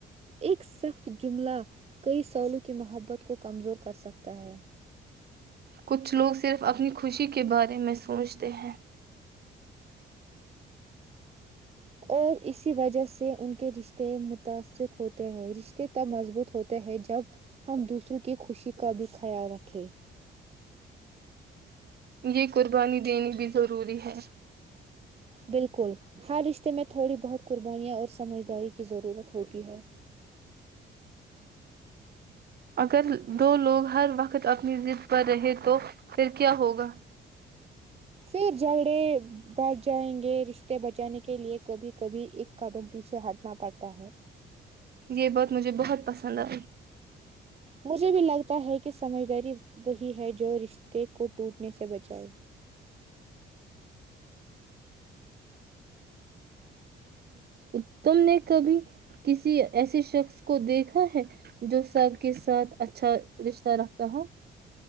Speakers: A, on the right; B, on the right.
A: ایک سخت جملہ کئی سالوں کی محبت کو کمزور کر سکتا ہے
B: کچھ لوگ صرف اپنی خوشی کے بارے میں سوچتے ہیں
A: اور اسی وجہ سے ان کے رشتے متاثر ہوتے ہیں رشتے تب مضبوط ہوتے ہیں جب ہم دوسروں کی خوشی کا بھی خیال رکھے
B: یہ قربانی دینی بھی ضروری ہے
A: بالکل ہر رشتے میں تھوڑی بہت قربانیاں اور سمجھداری کی ضرورت ہوتی ہے
B: اگر دو لوگ ہر وقت اپنی ضد پر رہے تو پھر کیا ہوگا
A: پھر جھگڑے بٹ جائیں گے رشتے بچانے کے لئے کبھی کبھی ایک قدم پیچھے ہٹنا پڑتا ہے
B: یہ بات مجھے بہت پسند آئی
A: مجھے بھی لگتا ہے کہ سمجھداری وہی ہے جو رشتے کو ٹوٹنے سے بچائے
B: اتم نے کبھی کسی ایسے شخص اس کو دیکھا ہے جو سب کے ساتھ اچھا رشتہ رکھتا ہو